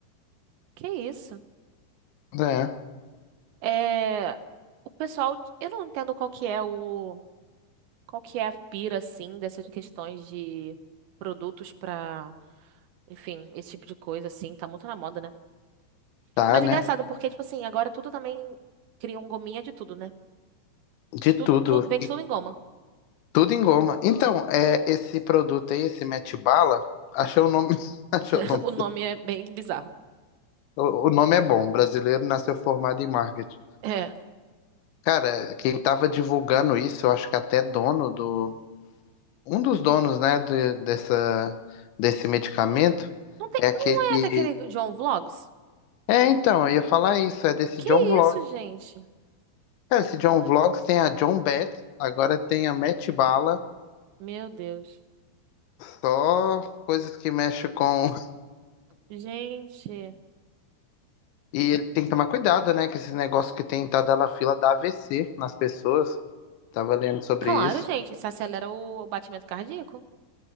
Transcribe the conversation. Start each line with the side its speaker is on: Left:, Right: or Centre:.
Right: que isso?
Left: É,
Right: É, o pessoal, eu não entendo qual que é o qual que é a pira assim dessas questões de produtos pra, enfim, esse tipo de coisa assim, tá muito na moda, né?
Left: tá,
Right: Mas
Left: né?
Right: é engraçado porque tipo assim, agora tudo também criam gominha de tudo, né?
Left: De
Right: Tudo,
Left: tudo.
Right: tudo vende tudo em goma.
Left: Tudo em goma. Então, é, esse produto aí, esse Mete Bala, achei o nome. <laughs> Achei
Right: <laughs>
Left: o nome.
Right: O nome é bem bizarro.
Left: O, o nome é bom. Brasileiro nasceu formado em marketing.
Right: É.
Left: Cara, quem tava divulgando isso, eu acho que até dono do. Um dos donos, né, de- dessa, desse medicamento
Right: Não tem,
Left: é
Right: não
Left: aquele.
Right: é daquele João Vlogs?
Left: É, então, eu ia falar isso, é desse
Right: Que
Left: John Vlog.
Right: isso, gente?
Left: Cara, esse John Vlogs tem a John Beth, agora tem a Mete Bala,
Right: Meu Deus.
Left: só coisas que mexem com
Right: Gente.
Left: E ele tem que tomar cuidado, né? Com esses negócios que tem entrada da fila da AVC nas pessoas. Tava lendo sobre
Right: Claro,
Left: isso.
Right: gente, isso acelera o batimento cardíaco.